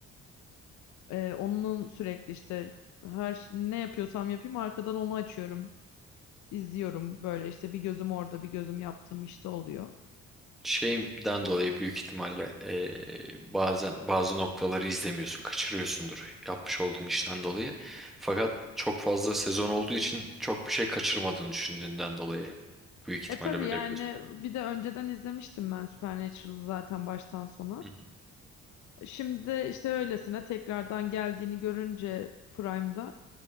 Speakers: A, on the left (about 70°); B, in the centre.
A: Ee, onun sürekli işte her ş- ne yapıyorsam yapayım arkadan onu açıyorum. izliyorum böyle işte bir gözüm orada bir gözüm yaptığım işte oluyor.
B: Şeyden dolayı büyük ihtimalle eee, bazen bazı noktaları izlemiyorsun, kaçırıyorsundur yapmış olduğun işten dolayı. Fakat çok fazla sezon olduğu için çok bir şey kaçırmadığını düşündüğünden dolayı büyük ihtimalle
A: E tabii
B: böyle
A: yani
B: yapıyorsun.
A: bir de önceden izlemiştim ben Supernatural'ı zaten baştan sona.
B: Hı hı.
A: Şimdi işte öylesine tekrardan geldiğini görünce Prime'da